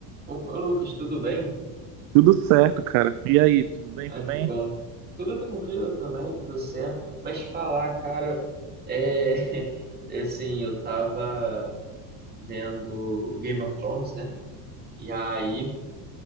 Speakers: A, on the right; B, on the right.
A: Opa, Lucas, tudo bem?
B: Tudo certo, cara. E aí, tudo bem
A: Ai,
B: também?
A: que bom. Tudo tranquilo também, tudo certo. Mas falar, cara, é <laughs> assim, eu tava vendo Game of Thrones, né? E aí,